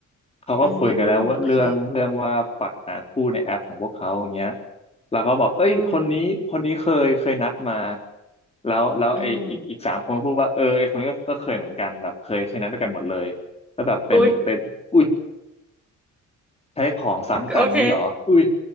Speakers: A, on the left; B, in the centre.
A: เขาก็คุยกันแล้วว่าเรื่องเรื่องว่าปัดหาคู่ในแอปของพวกเขาอย่างเงี้ย
B: อืมโอเค
A: แล้วเขาบอกเอ้ยคนนี้คนนี้เคยเคยนัดมา
B: อืม
A: แล้วแล้วไออีกอีกสามคนก็พูดว่าเออไอคนนี้ก็ก็เคยเหมือนกันแบบเคยเคยนัดด้วยกันหมดเลยแล้วแบบเป็นเป็นอุ้ย
B: อืมอุ๊ย
A: ใช้ของซ้ำกันงี้เหรออุ้ย
B: โอเค